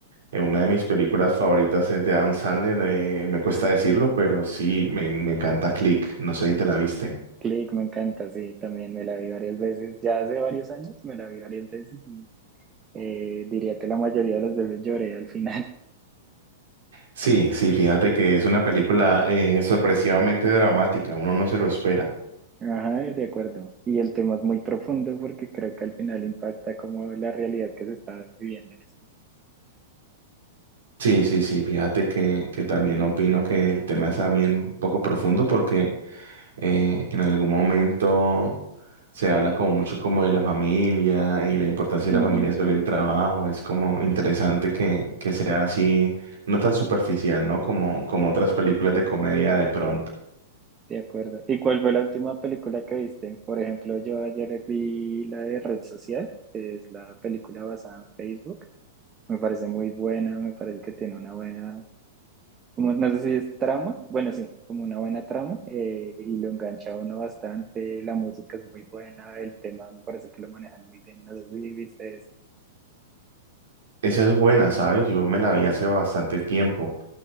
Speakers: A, on the right; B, on the right.
A: eh, una de mis películas favoritas es de Adam Sandler. eh, me cuesta decirlo, pero sí, me, me encanta Click. No sé si te la viste.
B: Click, me encanta, sí, también me la vi varias veces, ya hace varios años me la vi varias veces y eh, diría que la mayoría de las veces lloré al final.
A: Sí, sí, fíjate que es una película eh, sorpresivamente dramática. Uno no se lo espera.
B: Ajá, de acuerdo. Y el tema es muy profundo porque creo que al final impacta como la realidad que se está viviendo en eso.
A: Sí, sí, sí, fíjate que, que también opino que el tema es también un poco profundo porque eh, en algún momento se habla como mucho como de la familia y la importancia
B: Ujú,
A: de la familia sobre el trabajo. Es como interesante que, que sea así, no tan superficial, ¿no? Como, como otras películas de comedia de pronto.
B: de acuerdo. ¿Y cuál fue la última película que viste? Por ejemplo, yo ayer vi la de Red Social, que es la película basada en Facebook. Me parece muy buena, me parece que tiene una buena, como, no sé si es trama, bueno, sí, como una buena trama, eh, y lo engancha a uno bastante, la música es muy buena, el tema me parece que lo manejan muy bien, no sé si viste eso.
A: Esa es buena, ¿sabes? Yo me la vi hace bastante tiempo.